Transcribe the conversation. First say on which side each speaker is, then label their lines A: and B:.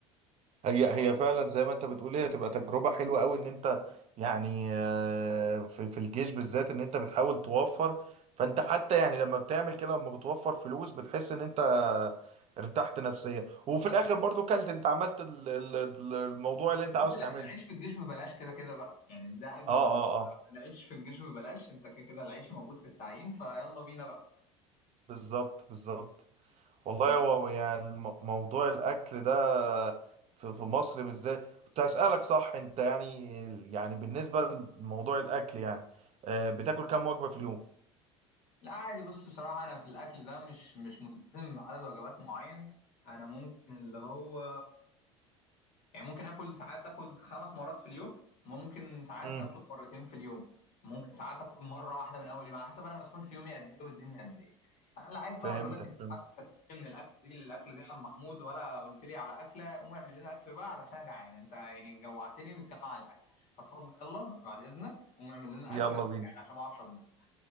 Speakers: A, on the right; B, on the left.
A: هي هي فعلا زي ما انت بتقول هي تبقى تجربه حلوه قوي ان انت
B: طبعا
A: يعني آه، في في الجيش بالذات ان انت بتحاول توفر فانت حتى يعني لما بتعمل كده لما بتوفر فلوس بتحس ان انت ارتحت نفسيا وفي الاخر برضو كلت انت عملت ال- ال- ال- الموضوع اللي
B: بالذات
A: انت عاوز تعمله
B: الع- العيش في الجيش ببلاش كده كده بقى يعني ده اجمد
A: اه
B: من
A: اه اه
B: العيش في الجيش ببلاش انت كده كده العيش موجود في التعيين فيلا بينا بقى
A: بالظبط بالظبط والله
B: لا
A: هو يعني الم- موضوع الاكل ده في في مصر بالذات كنت هسألك صح انت يعني يعني بالنسبة لموضوع الاكل يعني آه، بتاكل كام وجبة في اليوم
B: لا عادي بص بصراحه انا في الاكل ده مش مش ملتزم بعدد وجبات معين انا ممكن اللي هو يعني ممكن اكل ساعات اكل خمس مرات في اليوم ممكن ساعات
A: امم
B: اكل مرتين في اليوم ممكن ساعات اكل مره واحده من اول يوم على حسب انا مسحول في يومي قد ايه والدنيا قد ايه انا اللي عايز بقى
A: فهمتك
B: اقوله لك انت
A: فهمتك
B: قعدت تتكلم من الاكله دي للاكله دي يا عم محمود ولا قلت لي على اكله قوم اعمل لنا اكل بقى علشان أنا جعان انت يعني جوعتني بالكلام على الاكل فاتفضل يلا بعد اذنك قوم اعمل لنا
A: يلا
B: اكل عشان
A: بينا
B: جعان عشان ما اعرفش اطبخ